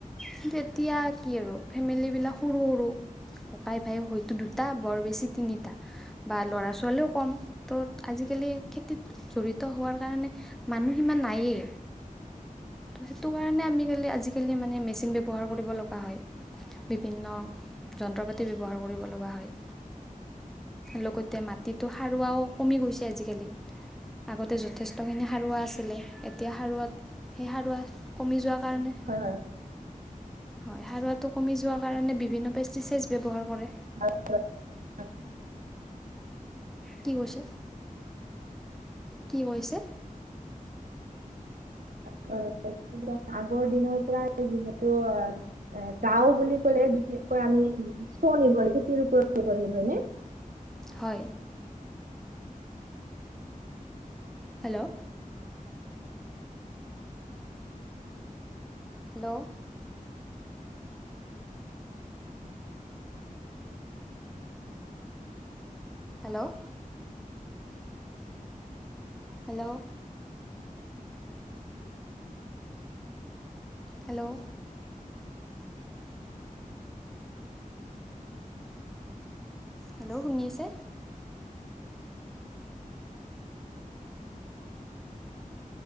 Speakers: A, in the centre; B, on the right.
A: কিন্তু এ- এতিয়া কি আৰু ফেমিলিবিলাক সৰু সৰু ককাই ভাই হয়তো দুই তি- টা বৰ বেছি তিনিটা- বা ল'ৰা ছোৱালীও ক'ম, ত' আজিকালি খেতিত জড়িত হোৱাৰ- কাৰণে মানুহ সিমান নায়েই। ত সেইটো কাৰণে আমি কালি আজি কালি মানে মেচিন ব্যৱহাৰ কৰিব লগা হয়। বিভিন্ন যন্ত্ৰ পাতি ব্যৱহাৰ কৰিব লগা হয়। লগতে মাটিতো সাৰুৱাও কমি গৈছে আজিকালি, আগতে য- খিনি সাৰুৱা আছিলে, এতিয়া সাৰুৱা- সেই সাৰুৱা কমি যোৱাৰ কাৰণে-
B: হয়।
A: হয় সাৰুৱাটো কমি যোৱা কাৰণে বিভিন্ন পেষ্টিচাইচ ব্যৱহাৰ কৰে।
B: আচছ <unintelligible>
A: কি কৈছে, কি কৈছে।
B: অ অ আগৰ দিনৰ পৰাই যিহেতু- এ গাওঁ বুলি ক'লে বিশেষকৈ আমি স্বনিৰ্ভৰশীল খেতিৰ ওপৰত নিৰ্ভৰশীল হয় নে।
A: হয়। Hello hello hello hello hello hello শুনি আছে।